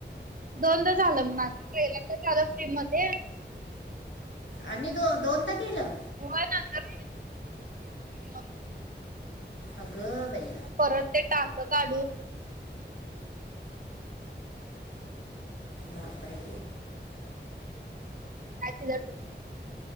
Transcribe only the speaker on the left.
आणि दो दोनदा केलं.
अगं बाई.
बापरे.